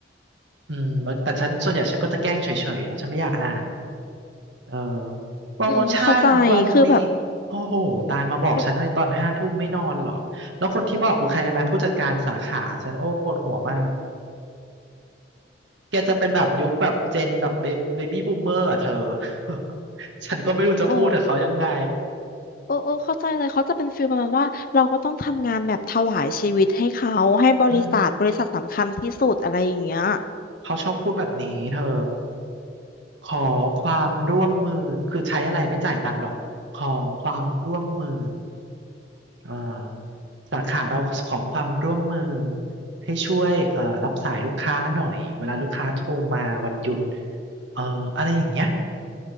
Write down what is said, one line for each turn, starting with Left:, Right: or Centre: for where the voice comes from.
Right: อืมแต่ฉันส่วนใหญ่ฉันก็จะแกล้งเฉยๆเนาะฉันไม่อยากอ่านเออโปรโมชั่นวันนี้
Left: อืมเข้าใจคือแบบ
Right: โอ้โหตายมาบอกฉันอะไรตอนห้าทุ่มไม่นอนเหรอแล้วคนที่บอกคือใครรู้ไหมผู้จัดการสาขาฉันโอ้ปวดหัวมาก
Left: เป็น
Right: แกจะเป็นแบบยุคแบบเจนแบบเบบี้บูมเมอร์อ่ะเธอ <laughs> ฉันก็ไม่รู้จะพูดกับเขายังไง
Left: อ๋อ เออเออเข้าใจเลยเขาจะเป็นฟีลประมาณว่าเราก็ต้องทำงานแบบถวายชีวิตให้เขาให้บริษัทบริษัทสำคัญที่สุดอะไรอย่างเงี้ย
Right: อืม เขาชอบพูดแบบนี้เธอขอความร่วมมือคือใช้อะไรไม่จ่ายตังค์หรอกขอความร่วมมือเอ่อสาขาเราขอความร่วมมือให้ช่วยเอ่อรับสายลูกค้าหน่อยเวลาลูกค้าโทรมาวันหยุดเอ่ออะไรอย่างเงี้ย